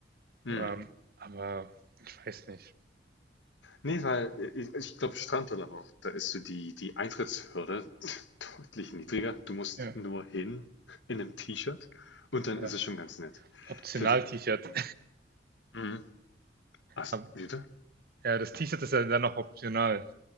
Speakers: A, on the left; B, on the right.
A: Hm.
B: Ähm, aber ich weiß nicht.
A: Nee, weil äh, ich, ich glaube, Strandurlaub auch, da ist so die, die Eintrittshürde <laughs> deutlich niedriger. Du musst
B: Ja,
A: nur hin in einem T-Shirt und dann
B: ja.
A: ist es schon ganz nett.
B: Optional
A: Für, Win-
B: T-Shirt. <laughs>
A: mhm. Ach,
B: Aber-
A: wie bitte?
B: Ja, das T-Shirt ist ja dann noch optional.